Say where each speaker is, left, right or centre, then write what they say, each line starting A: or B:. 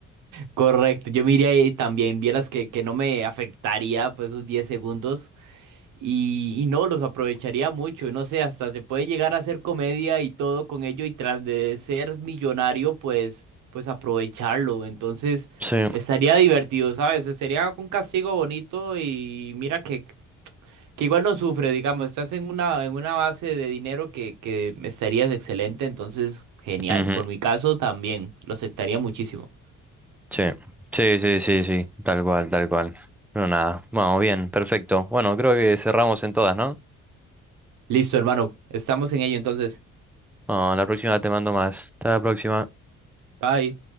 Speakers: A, on the right; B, in the centre.
A: Correcto, yo me iría ahí también, vieras que, que no me afectaría pues esos 10 segundos y, y no, los aprovecharía mucho, no sé, hasta se puede llegar a hacer comedia y todo con ello y tras de ser millonario pues, pues aprovecharlo, entonces
B: Sí,
A: estaría divertido, ¿sabes? Sería un castigo bonito y mira que, que igual no sufre, digamos, estás en una, en una base de dinero que, que estarías excelente, entonces genial,
B: ujú,
A: por mi caso también, lo aceptaría muchísimo.
B: sí, sí, sí, sí, sí, tal cual, tal cual. no nada, bueno, bien, perfecto. Bueno, creo que cerramos en todas, ¿no?
A: Listo, hermano. Estamos en ello entonces.
B: No, la próxima te mando más. Hasta la próxima.
A: Bye.